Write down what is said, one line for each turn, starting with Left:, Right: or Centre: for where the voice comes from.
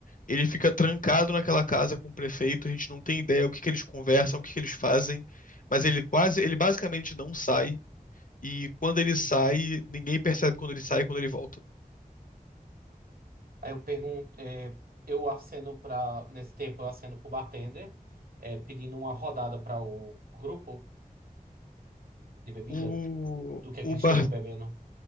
Left: Ele fica trancado naquela casa com o prefeito, a gente não tem ideia o que que eles conversam, o que que eles fazem, mas ele quase, ele basicamente não sai, e quando ele sai, ninguém percebe quando ele sai e quando ele volta.
Right: Aí eu pergunto, é, eu aceno para nesse tempo eu aceno pro bartender, é, pedindo uma rodada para o grupo. De bebida?
Left: O,
Right: Do que é
Left: o
Right: que eles
Left: bar
Right: estejam bebendo?